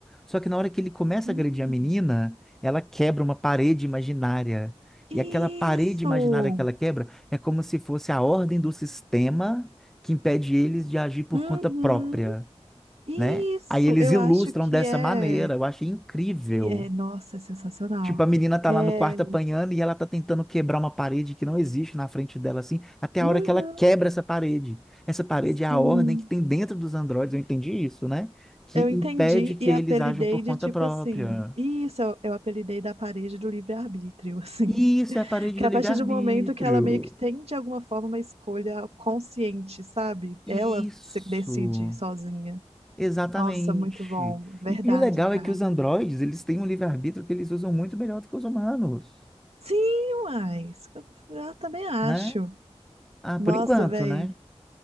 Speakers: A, in the centre; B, on the right.
A: Só que na hora que ele começa
B: Hum.
A: a agredir a menina, ela quebra uma parede imaginária.
B: Isso!
A: E aquela parede imaginária que ela quebra é como se fosse a ordem do sistema que impede eles de agir por
B: Uhum.
A: conta própria
B: Isso!
A: né? Aí eles
B: Eu
A: ilustram
B: acho que
A: dessa
B: é.
A: maneira, eu achei incrível.
B: E é, nossa, é sensacional.
A: Tipo, a menina tá
B: É,
A: lá no quarto apanhando e ela tá tentando quebrar uma parede que não existe na frente dela, assim, até
B: Uhum.
A: a hora que ela quebra essa parede. Essa parede
B: sim,
A: é a ordem que tem dentro dos androides, eu entendi isso, né? Que
B: eu entendi
A: impede que
B: e apelidei
A: eles ajam por
B: de
A: conta
B: tipo
A: própria.
B: assim. Isso eu, eu apelidei da parede do livre-arbítrio, assim.
A: Isso é
B: <laughs>
A: a parede
B: Que
A: do
B: a
A: livre-arbítrio.
B: partir do momento que ela meio que tem de alguma forma uma escolha consciente, sabe?
A: Isso,
B: Ela se decide sozinha.
A: exatamente.
B: Nossa, muito bom. Verdade,
A: E, e o legal
B: cara.
A: é que os androides, eles têm um livre-arbítrio que eles usam muito melhor do que os humanos,
B: Sim, mas eu também acho.
A: né? Ah,
B: Nossa,
A: por enquanto,
B: velho.
A: né?